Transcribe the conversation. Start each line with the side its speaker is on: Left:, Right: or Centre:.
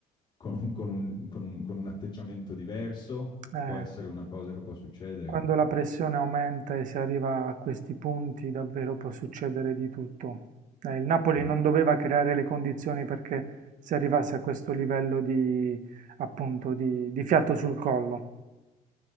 Left: con, con, un, con un, con un atteggiamento diverso,
Right: Eh,
Left: può essere una cosa che può succedere.
Right: Quando la pressione aumenta e si arriva a questi punti, davvero può succedere di tutto. Eh, il Napoli
Left: Mm.
Right: non doveva creare le condizioni perché si arrivasse a questo livello di, appunto, di di fiato sul collo.